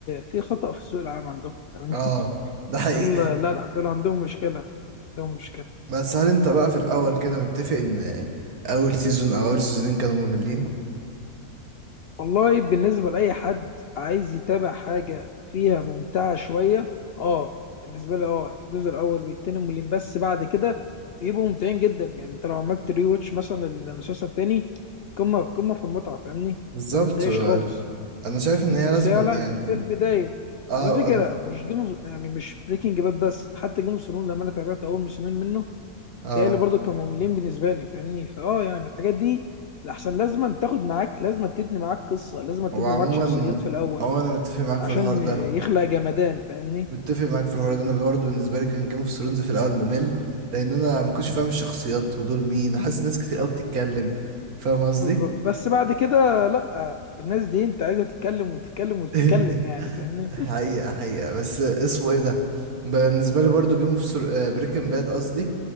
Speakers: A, on the left; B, on the right.
A: في خطأ في الذوق العام عندهم يعني
B: اه
A: <laughs>
B: ده حقيقي
A: دول لا لا دول عندهم مشكلة عندهم مشكلة
B: بس هل انت بقى في الاول كده متفق ان اول سيزون او اول سيزونين كانوا مملين
A: والله بالنسبة لأي حد عايز يتابع حاجة فيها ممتعة شوية اه بالنسبة لي اه الجزء الأول والتاني مملين بس بعد كده بيبقوا ممتعين جدا يعني انت لو عملت ري واتش مثلا للمسلسل التاني قمة قمة في المتعة فاهمني؟
B: بالظبط
A: انت مبتضايقش خالص
B: انا شايف ان هي
A: بس
B: لازم
A: هي لا
B: يعني
A: في البداية
B: اه
A: على فكرة
B: أن-
A: مش جيم يعني مش بريكنج باد بس حتى جيم اوف ثرونز لما انا تابعت أول موسمين منه
B: اه
A: تهيألي برضو كانوا مملين بالنسبة لي فاهمني فاه يعني الحاجات دي لأحسن لازم تاخد معاك لازم تبني معاك قصة لازم تبني
B: هو عموما
A: معاك شخصيات في الأول
B: هو انا متفق معاك
A: عشان
B: في الحوار ده
A: يخلق جمدان فاهمني
B: متفق معاك في الحوار ده انا برضه بالنسبه لي كان جيم اوف ثرونز في الاول ممل لان انا ما كنتش فاهم الشخصيات ودول مين وحاسس ناس كتير قوي بتتكلم فاهم قصدي
A: بالظبط بس بعد كده لأ الناس دي أنت عايزة تتكلم وتتكلم وتتكلم
B: <laughs>
A: يعني فاهمني
B: حقيقه حقيقه بس اسمه ايه ده بالنسبه لي برضه جيم اوف سر... بريكنج باد قصدي